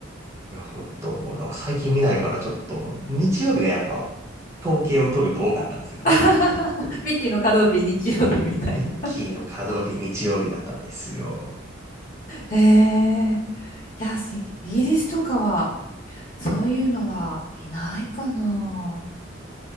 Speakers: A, on the right; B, on the left.
A: いや、本当、だから最近見ないからちょっと、日曜日がやっぱ、統計を取ると多かったんですよね、
B: <laughs>
A: なんか。
B: ミッキーの稼働日、日曜日みたいな。
A: ミッキーの稼働日、日曜日だったんですよ。
B: へえ。いや、イイギリスとかは、そういうのはいないかな。